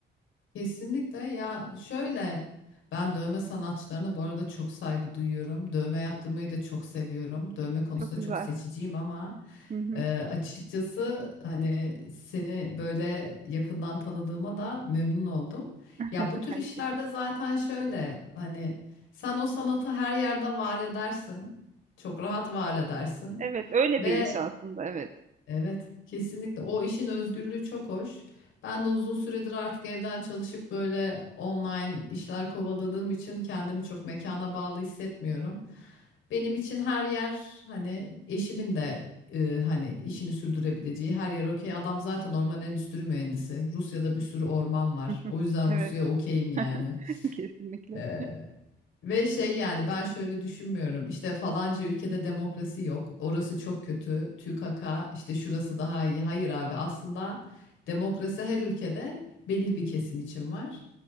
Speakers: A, on the left (about 80°); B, on the right (about 40°).
A: Kesinlikle ya şöyle ben dövme sanatçılarına bu arada çok saygı duyuyorum. Dövme yaptırmayı da çok seviyorum. Dövme konusunda
B: Çok güzel.
A: çok seçiciyim ama
B: Hı hı,
A: Ee, açıkçası hani seni böyle yakından tanıdığıma da memnun oldum. Ya
B: <laughs>
A: bu tür
B: aynı
A: işlerde
B: şekilde.
A: zaten şöyle hani sen o sanatı her yerde var edersin. Çok rahat var edersin.
B: Evet, öyle
A: Ve
B: bir iş aslında, evet.
A: Evet, kesinlikle. O işin özgürlüğü çok hoş. Ben de uzun süredir artık evden çalışıp böyle online işler kovaladığım için kendimi çok mekana bağlı hissetmiyorum. Benim için her yer hani eşimin de e, hani işini sürdürebileceği her yer okey. Adam zaten orman endüstri mühendisi. Rusya'da bir sürü orman var. O
B: <laughs>
A: yüzden
B: Evet,
A: Rusya'ya okeyim yani.
B: <laughs> Kesinlikle.
A: Ee, ve şey yani ben şöyle düşünmüyorum. İşte falanca ülkede demokrasi yok. Orası çok kötü. TÜKAKA işte şurası daha iyi. Hayır abi aslında demokrasi her ülkede belli bir kesim için var.